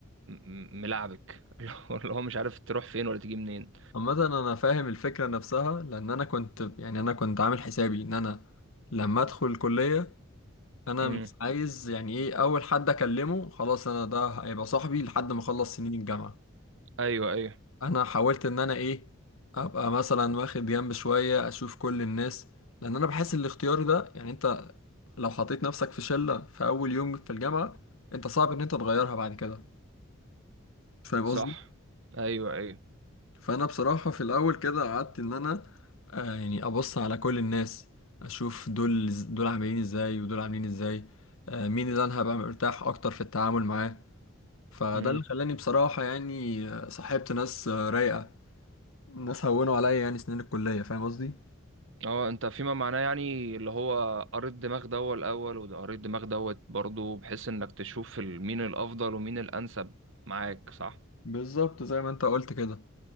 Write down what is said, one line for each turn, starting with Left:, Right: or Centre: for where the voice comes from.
Right: م- م- ملعبك <laughs> اللي هو اللي هو مش عارف تروح فين ولا تيجي منين
Left: عامة انا فاهم الفكرة نفسها لان انا كنت يعني انا كنت عامل حسابي ان انا لما ادخل الكلية انا
Right: امم
Left: مش عايز يعني ايه اول حد اكلمه خلاص انا ده هيبقى صاحبي لحد ما اخلص سنين الجامعه
Right: ايوه ايوه
Left: انا حاولت ان انا ايه ابقى مثلا واخد جنب شويه اشوف كل الناس لان انا بحس الاختيار ده يعني انت لو حطيت نفسك في شله في اول يوم في الجامعه انت صعب ان انت تغيرها بعد كده فاهم
Right: صح
Left: قصدي
Right: ايوه ايوه
Left: فانا بصراحه في الاول كده قعدت ان انا آه يعني ابص على كل الناس اشوف دول دول عاملين ازاي ودول عاملين ازاي آه مين اللي انا هبقى مرتاح اكتر في التعامل معاه فده
Right: امم
Left: اللي خلاني بصراحة يعني صاحبت ناس رايقة ناس هونوا عليا يعني سنين الكلية فاهم قصدي؟
Right: اه انت فيما معناه يعني اللي هو قريت دماغ دوت الاول وده قريت دماغ دوت برضه بحيث انك تشوف ال- مين الافضل ومين الانسب معاك صح
Left: بالظبط زي ما انت قلت كده